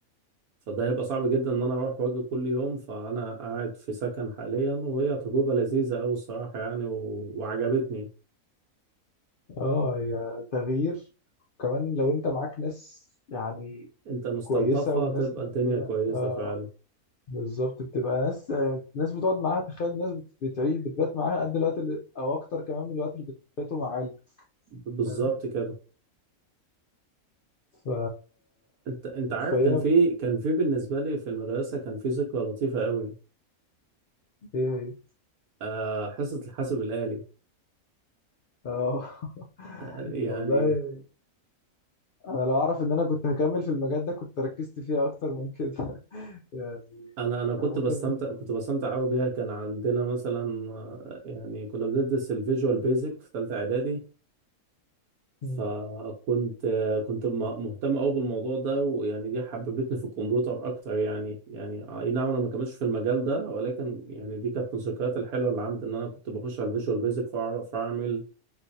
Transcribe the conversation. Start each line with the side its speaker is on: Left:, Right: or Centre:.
Right: فده هيبقى صعب جدا ان انا اروح واجي كل يوم فانا قاعد في سكن حاليا وهي تجربة لذيذة قوي الصراحة يعني و... وعجبتني
Left: اه هي تغيير وكمان لو انت معاك ناس يعني
Right: انت مستلطفة
Left: كويسه وناس
Right: تبقى
Left: تحبها
Right: الدنيا كويسة
Left: اه
Right: فعلا
Left: بالظبط بتبقى ناس ناس بتقعد معاها تخيل ناس بت- بتعيش بتبات معاها قد الوقت اللي او اكتر كمان من الوقت اللي بتباتوا مع عيلتك
Right: بالظبط
Left: فاهم
Right: كده
Left: ف
Right: انت انت عارف
Left: فهي
Right: كان في كان في بالنسبة لي في المدرسة كان في ذكرى لطيفة قوي
Left: ايه هي
Right: آه حصة الحاسب الآلي
Left: اه <laughs>
Right: آه يعني
Left: والله انا لو اعرف ان انا كنت هكمل في المجال ده كنت ركزت فيه اكتر من كده <laughs> يعني
Right: انا انا
Left: كان
Right: كنت
Left: ممكن
Right: بستمتع كنت بستمتع قوي بيها كان عندنا مثلا آه، يعني كنا بندرس الفيجوال بيزك في ثالثة اعدادي فكنت
Left: مم.
Right: كنت م- مهتم قوي بالموضوع ده ويعني دي حببتني في الكمبيوتر اكتر يعني يعني اي نعم انا ما كملتش في المجال ده ولكن يعني دي كانت من الذكريات الحلوه اللي عندي ان انا كنت بخش على الفيجوال بيزك فاعرف اعمل